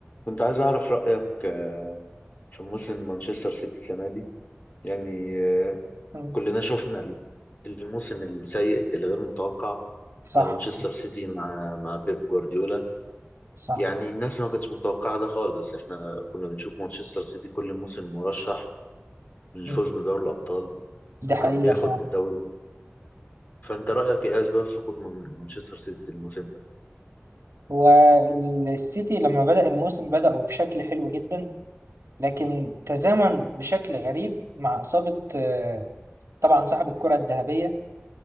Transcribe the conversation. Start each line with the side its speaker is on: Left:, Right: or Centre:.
Left: كنت عايز أعرف رأيك آه، في موسم مانشستر سيتي السنة دي يعني آه،
Right: مم.
Left: كلنا شفنا ال- الموسم السيء الغير متوقع
Right: صح
Left: لمانشستر سيتي مع مع بيب جوارديولا
Right: صح
Left: يعني الناس ما كانتش متوقعة ده خالص احنا كنا بنشوف مانشستر سيتي كل موسم مرشح للفوز
Right: مم.
Left: بدوري الأبطال
Right: ده
Left: وكان
Right: حقيقة
Left: بياخد
Right: فعلا
Left: الدوري فأنت رأيك إيه أسباب سقوط من- مانشستر سيتي الموسم ده؟
Right: والسيتي لما بدأ الموسم بدأوا بشكل حلو جدا لكن تزامن بشكل غريب مع إصابة آه، طبعا صاحب الكرة الذهبية